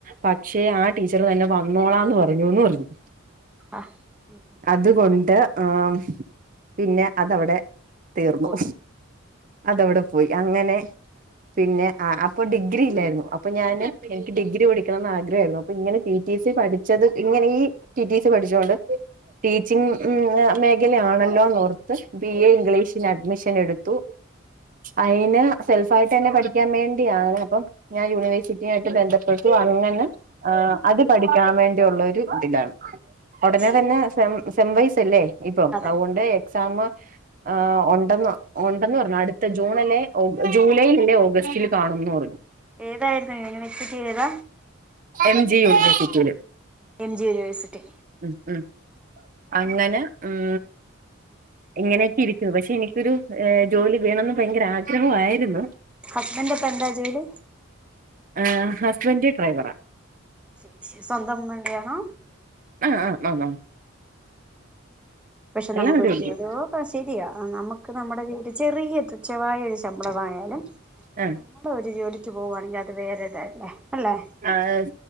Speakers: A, on the right; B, in the centre.
A: പക്ഷേ ആ ടീച്ചറ് തന്നെ വന്നോളാന്ന് പറഞ്ഞൂന്ന് പറഞ്ഞു
B: ആഹ് ഉം ഉം
A: അതുകൊണ്ട് ആഹ് പിന്നെ അതവിടെ തീർന്നു
B: പോയി
A: അതവിടെ പോയി അങ്ങനെ പിന്നെ ആഹ് അപ്പൊ ഡിഗ്രി ഇല്ലായിരുന്നു അപ്പൊ ഞാൻ എനിക്ക് ഡിഗ്രി പഠിക്കണന്ന് ആഗ്രഹായിരുന്നു അപ്പൊ ഇങ്ങനെ ടി റ്റി സി പഠിച്ചത് ഇങ്ങനെ ഈ ടി റ്റി സി പഠിച്ചോണ്ട് ടീച്ചിങ് ഉം മേഖല ആണല്ലോന്നോർ <unintelligible> ബി എ ഇംഗ്ലീഷന് അഡ്മിഷൻ എടുത്തു അയിന് സെൽഫ് ആയിട്ട് തന്നെ പഠിക്കാൻ വേണ്ടിയാണ് അപ്പം ഞാൻ യൂണിവേഴ്സിറ്റി ആയിട്ട് ബന്ധപ്പെട്ട് അങ്ങനെ ആഹ് അത് പഠിക്കാൻ വേണ്ടിയുള്ള ഒരു ഇതാണ് ഒടനെ
B: ശരി
A: തന്നെ സെമ് സെം വൈസ്സല്ലേ ഇപ്പം
B: അതെ
A: അതുകൊണ്ട്
B: അതെ
A: എ എക്സാമ് ഏഹ് ഒണ്ടെന്ന് ഒണ്ടെന്ന് പറഞ്ഞു അടുത്ത ജൂണിലെ ഓ ജൂലൈൽ അല്ലേ ഓഗസ്റ്റിൽ കാണുന്ന് പറഞ്ഞു
B: ഏതായിരുന്നു യൂണിവേഴ്‌സ്റ്റി ഏതാ?
A: എം ജി യൂണിവേഴ്സിറ്റിയില്
B: എം ജി യൂണിവേഴ്സിറ്റി
A: ഉ ഉം അങ്ങനെ ഉം ഇങ്ങനെയൊക്കെ ഇരിക്കുന്നു പക്ഷെ എനിക്കൊരു ഏഹ് ജോലി വേണെന്ന് ഭയങ്കര ആഗ്രഹമായിരുന്നു
B: ഹസ്ബൻഡ് അപ്പ എന്താ ജോലി?
A: ഏഫ് ഹസ്ബൻഡ് ഡ്രൈവറാ
B: ശരി ശരി സ്വന്തം വണ്ടി ആണോ?
A: ആഹ് ആഹ് <unintelligible>
B: പക്ഷെ
A: എല്ലാം
B: നമ്മുക്കൊരു
A: വണ്ടി ഓടിക്കും
B: ജോലിയോ ശരിയാ ആഹ് നമ്മക്ക് നമ്മടെ <unintelligible> ചെറിയ തുച്ഛമായാ ഒരു ശമ്പളമായാലും
A: ആഹ്
B: ഇപ്പോ ഒരു ജോലിക്ക് പോകുകവാണെങ്കി അത് വേറെ ഇതല്ലേ അല്ലെ
A: ആഹ്